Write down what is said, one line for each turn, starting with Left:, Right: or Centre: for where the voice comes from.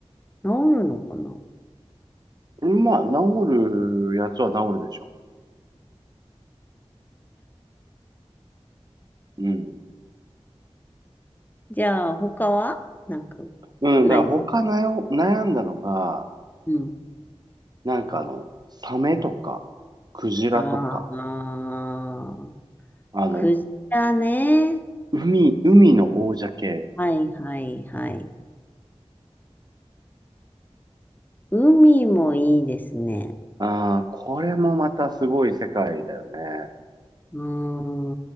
Left: 治るのかな
Right: い。まあ、治るやつは治るでしょう。うん。
Left: じゃあ、他はなんか、
Right: うん、
Left: ないです。
Right: だから他なよ悩んだのが、
Left: うん。
Right: なんかあの、サメとか、クジラとか、
Left: ああ、
Right: あの、
Left: クジラね。
Right: 海、海の王者系。
Left: はいはいはい。海もいいですね。
Right: ああ、これもまたすごい世界だよね。
Left: うー